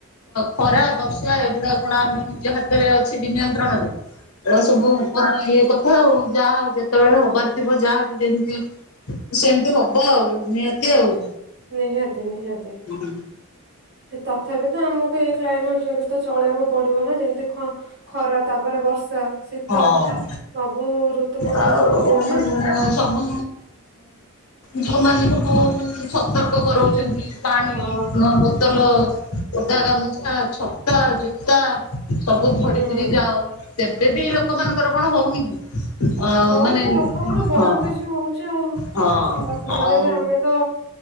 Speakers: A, on the left; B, on the right.
A: ଖରା ବର୍ଷା ଏଗୁଡା କଣ ଆମ ନିଜ ହାତରେ ଅଛି କି ବିନିୟନ୍ତ୍ରଣରେ?
B: ହ
A: ଏ ସବୁ ଉପର ଇଏ କଥା ଆଉ। ଯାହା ଯେତେବେଳେ ହବାର ଥିବ ଯାହାବ ଯେମିତି ସେମିତି ହବ ଆଉ ନିହାତି ଆଉ।
B: ନିହାତି ନିହାତି।
A: ହୁଁ ହୁଁ।
B: ତଥାପି ତ ଆମକୁ ଏଇ କ୍ଲାଇମେଟ ରେ ବି ତ ଚଳେଇକୁ ପଡିବ ନା। ଯେମ ଖରା ତାପରେ ବର୍ଷା ଶୀତ
A: ହଁ।
B: ସବୁ ଋତୁକୁ ଅନୁଭବ
A: ଆଉ
B: କରିବା ନା
A: ସବୁ ଯୋଉମାନେ ସବୁ ସତର୍କ କରାଉଛନ୍ତି। ପାଣି
B: ହଁ
A: ନ ବୋତଲ ଓଦା ଗାମୁଛା ଛତା ଜୋତା। ସବୁ ଧରିକିରି
B: ହୁଁ।
A: ଯାଉ। ତେବେ ବି ଏଇ ଲୋକମାନଙ୍କର କଣ ହଉନି କି? ଅ
B: ହଉଛି
A: ମାନେ
B: ଲୋକଙ୍କର ବହୁତ
A: ହଁ
B: କିଛି ହଉଛି ଆଉ।
A: ହଁ
B: ହେଲେ
A: ଆଉ
B: ବି ଆମେ ତ